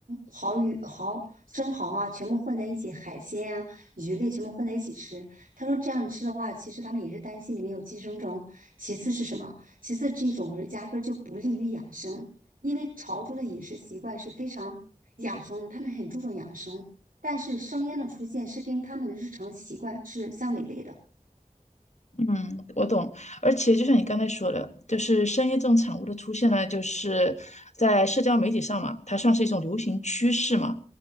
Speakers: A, on the right; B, on the left.
A: 蚝鱼蚝生蚝啊，全部混在一起，海鲜啊鱼类全部混在一起吃。他说这样吃的话，其实他们也是担心里面有寄生虫。其次是什么？其次这种是压根儿就不利于养生，因为潮州的饮食习惯是非常养生的，他们很注重养生。但是生腌的出现是跟他们的日常习惯是相违背的，
B: 嗯，我懂。而且就像你刚才说的，就是生腌这种产物的出现呢，就是在社交媒体上嘛，它算是一种流行趋势嘛。